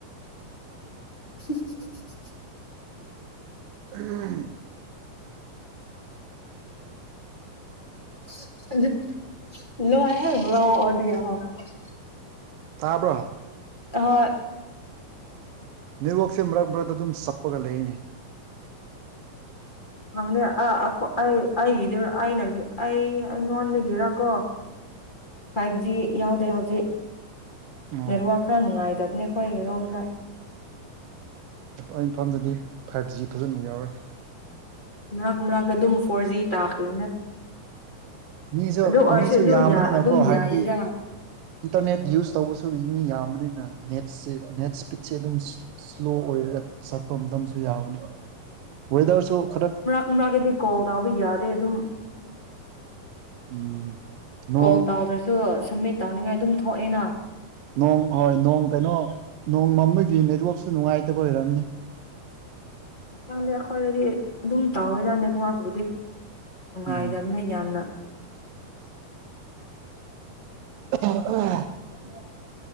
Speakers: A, on the left; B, on the right.
A: <inaudible>
B: <unintelligible>
A: <unintelligible>
B: ꯇꯥꯕ꯭ꯔꯣ
A: ꯍꯣꯏ
B: ꯅꯦꯠꯋꯥꯔꯛꯁꯦ ꯃꯔꯛ ꯃꯔꯛꯇ ꯑꯗꯨꯝ ꯆꯞꯄꯒ ꯂꯩꯌꯦꯅꯦ
A: ꯈꯪꯗꯦ ꯑ ꯑꯩ ꯑꯩꯒꯤꯗꯨ ꯑꯩꯅꯒꯤ ꯑꯩ ꯑꯩꯉꯣꯟꯗꯒꯤꯔꯀꯣ
B: <inaudible>
A: ꯐꯥꯏꯚ ꯖꯤ ꯌꯥꯎꯗꯦ ꯍꯧꯖꯤꯛ
B: ꯑꯣ
A: ꯅꯦꯠꯋꯥꯔꯛ ꯈꯔ ꯅꯨꯡꯉꯥꯏꯇꯕꯅꯦ ꯑꯩꯈꯣꯏ ꯔꯣꯝꯗ
B: ꯑꯥ ꯏꯝꯐꯥꯜꯗꯗꯤ ꯐꯥꯏꯚ ꯖꯤ ꯐꯖꯅ ꯌꯥꯎꯔꯦ
A: ꯃꯔꯛ ꯃꯔꯛꯇ ꯑꯗꯨꯝ ꯐꯣꯔ ꯖꯤ ꯇꯥꯈꯤꯝꯅꯦ
B: ꯃꯤꯁꯨ
A: ꯑꯗꯨ ꯑꯣꯏꯔꯁꯨ
B: ꯃꯤꯁꯨ
A: ꯑꯗꯨ
B: ꯌꯥꯝꯕꯅꯤꯅꯀꯣ
A: ꯑꯗꯨꯝ
B: ꯍꯥꯏꯕꯗꯤ
A: ꯌꯥꯏꯌꯦꯗ
B: ꯏꯟꯇꯔꯅꯦꯠ ꯌꯨꯁ ꯇꯧꯕꯁꯨ ꯃꯤ ꯌꯥꯝꯕꯅꯤꯅ ꯅꯦꯠꯁꯦ ꯅꯦꯠ ꯁ꯭ꯄꯤꯠꯁꯦ ꯑꯗꯨꯝ ꯏꯁꯂꯣ ꯑꯣꯏꯔꯒ ꯆꯠꯄ ꯃꯇꯝꯁꯨ ꯌꯥꯎꯕꯅꯤ ꯋꯦꯗꯔꯁꯨ ꯈꯔ
A: ꯀꯨꯨꯝꯔꯥꯒꯤꯗꯤ ꯀꯣꯜ ꯇꯧꯕ ꯌꯥꯗꯦ ꯑꯗꯨꯝ
B: ꯎꯝ ꯅꯣꯡ
A: ꯀꯣꯜ ꯇꯧꯗ꯭ꯔꯁꯨ ꯁꯝꯃꯤꯠ ꯇꯧꯅꯤꯡꯉꯥꯏ ꯑꯗꯨꯝ ꯊꯣꯛꯑꯦꯅ
B: ꯅꯣꯡ ꯍꯣꯏ ꯅꯣꯡ ꯀꯩꯅꯣ ꯅꯣꯡ ꯃꯪꯕꯒꯤ ꯅꯦꯠꯋꯥꯛꯁꯨ ꯅꯨꯡꯉꯥꯏꯇꯕ ꯑꯣꯏꯔꯝꯅꯤ
A: ꯅꯪꯗꯤ ꯑꯩꯈꯣꯏꯗꯗꯤ ꯑꯗꯨꯝ ꯇꯧꯋꯦꯗ ꯅꯦꯠꯋꯥꯔꯛꯄꯨꯗꯤ ꯅꯨꯡꯉꯥꯏꯇꯕꯅ
B: ꯎꯝ
A: ꯌꯥꯝꯅ
B: ꯑ ꯑ
A: ꯎꯝ <inaudible> <unintelligible>